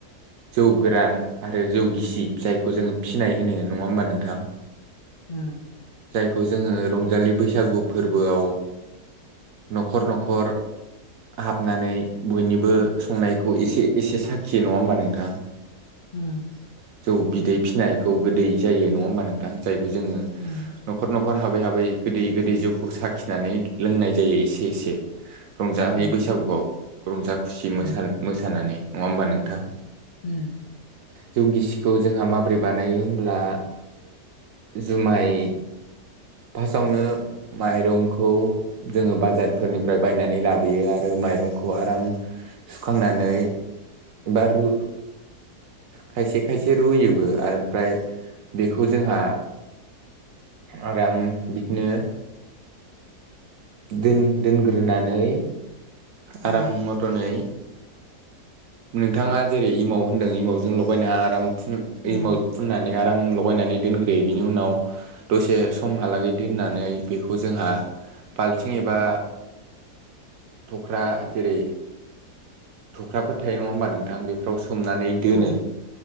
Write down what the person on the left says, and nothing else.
ओ
<unintelligible>
ह
उम
उम
उम
उम
उम
औ